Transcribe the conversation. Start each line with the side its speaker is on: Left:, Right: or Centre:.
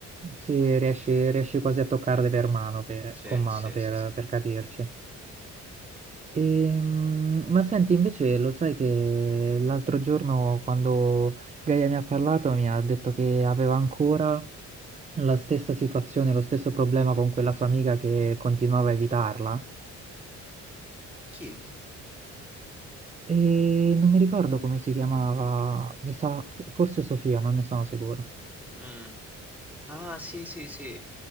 Right: Sì, riesci, riesci quasi a toccarle per mano, per-
Centre: Sì,
Right: con mano
Centre: sì,
Right: per,
Centre: sì, sì.
Right: per capirci. Ehm, ma senti, invece lo sai che l'altro giorno quando Gaia mi ha parlato mi ha detto che aveva ancora la stessa situazione, lo stesso problema con quella sua amica che continuava a evitarla?
Centre: Chi?
Right: E non mi ricordo come si chiamava, mi sa, fo- forse Sofia, non ne sono sicuro.
Centre: Mm. Ah, sì, sì, sì.